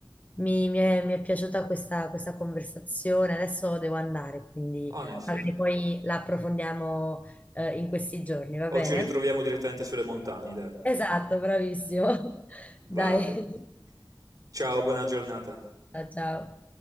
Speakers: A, on the left; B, on the right.
A: Mi, mi è, mi è piaciuta questa, questa conversazione. Adesso devo andare, quindi
B: Onesto,
A: magari
B: onesto.
A: poi la approfondiamo, eh, in questi giorni, va
B: O
A: bene?
B: ci ritroviamo direttamente sulle montagne, dai.
A: Esatto, bravissimo. <laughs> Dai,
B: Va bene.
A: <laughs>
B: Ciao, buona giornata.
A: ciao. ciao.